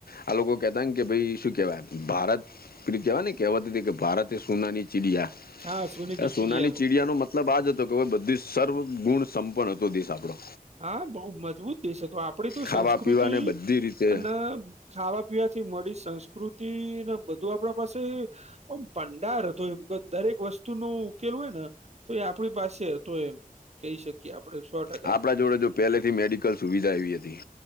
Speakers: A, on the left; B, on the right.
A: આ લોકો કહેતા ને કે ભાઈ શું કેહેવાય ભારત ક કેવાય ને કેહવત કે ભારતે સોનાની ચિડિયા
B: હા સોને કી ચીડિયા
A: સોનાની
B: બોલ.
A: ચિડિયા ન મતલબ આ જ હતો કે ભવે બધી સર્વગુણ સંપન્ન હતો દેશ આપણો
B: હા બહુ મજબૂત દેશ હતો આપડી તો
A: ખાવા
B: સંસ્કૃતિ
A: પીવાને બધી રીતે
B: અને ખાવા પીવાથી મળી સંસ્કૃતિને બધું આપણા પાસે ઓમ ભડાર હતો એમ દરેક વસ્તુ નો ઉકેલ હોય ને તો એ આપણી પાસે તો એમ કહી શકીએ આપડ સો ટકા
A: આપણા
B: એ તો
A: જોડે જો પહેલેથી મેડિકલ સુવિધા એવી હતી